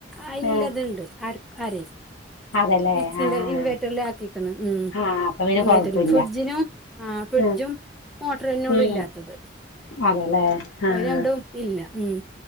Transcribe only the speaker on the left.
ആഹ്
അതല്ലേ
ആഹ്
ആഹ് അപ്പൊ പിന്നെ
കൊഴപ്പല്ല
ആഹ്
ഉം
അതെല്ലേ
ആഹ്